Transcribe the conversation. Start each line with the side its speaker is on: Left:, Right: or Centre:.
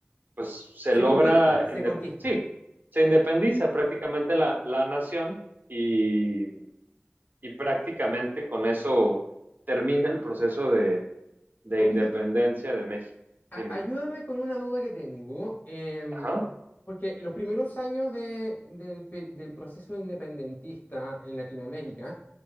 Right: pues se
Left: Se
Right: logra,
Left: conquista, se
Right: inde-
Left: conquista.
Right: sí, se independiza prácticamente la, la nación y, y prácticamente con eso termina el proceso de, de
Left: Oye,
Right: independencia de México.
Left: a-
Right: Dime.
Left: ayúdame con una duda que tengo, em,
Right: Ajá.
Left: porque los primeros años de- del, pe- del proceso independentista en Latinoamérica